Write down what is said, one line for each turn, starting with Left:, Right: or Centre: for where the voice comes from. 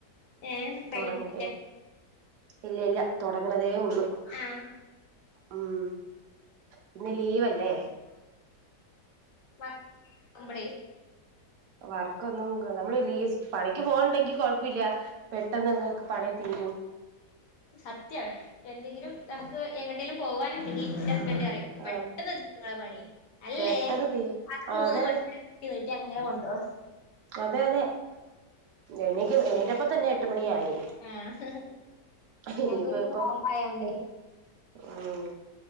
Left: ഏഹ് കഴിഞ്ഞിട്ടില്ല
Right: തുടങ്ങ ഇല്ല ഇല്ല തുടങ്ങണതേ ഉള്ളൂ
Left: ആഹ്
Right: ഉം പിന്ന ലീവ്ല്ലേ
Left: <unintelligible> അമ്മളെ
Right: വർക്കൊന്നും നമ്മള് ല പണിക്ക് പോകണണ്ടെങ്കി കൊഴപ്പമില്ല പെട്ടെന്ന്ങ്ങക്ക് പണി തീരും <inaudible>
Left: സത്യാണ് എന്തെങ്കിലും നമുക്ക് എങ്ങട്ടേലിലും പോവാനുണ്ടെങ്കി റിയ പെട്ടെന്ന്ങ്ങളെ
Right: ആഹ്
Left: പണി അല്ലേ
Right: പെട്ടെന്ന് തീ
Left: അത്
Right: ആഹ്
Left: മൂന്ന്
Right: അതെ അതെ
Left: മണി നീട്ടി അങ്ങനെ കൊണ്ടോ
Right: അതെ അതെ എനിക്ക് എണീക്കപ്പ തന്നെട്ടും <unintelligible> ആയി
Left: ആഹ്
Right: ഇനിപോ
Left: ഞങ്ങക്ക് പിന്നെ
Right: എപ്പോ
Left: നോമ്പായോണ്ടേ
Right: ഉം